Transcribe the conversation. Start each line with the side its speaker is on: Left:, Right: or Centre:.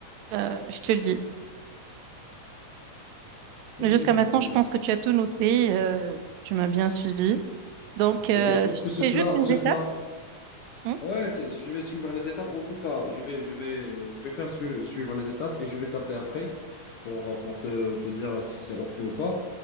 Right: euh, je te le dis.
Left: C'est
Right: Mais Jusqu'à
Left: bon,
Right: maintenant,
Left: c'est
Right: je
Left: bon.
Right: pense que tu as tout noté. euh, tu m'as bien suivi. Donc, euh,
Left: Euh, Je pense
Right: si
Left: que
Right: tu
Left: ce
Right: fais
Left: plat,
Right: juste les
Left: ce plat,
Right: étapes, hein,
Left: ouais, c'est- je vais suivre les étapes. En tout cas, je vais, je vais, je vais faire su- suivre les étapes et je vais t'appeler après pour, pour te, te dire si c'est OK ou pas.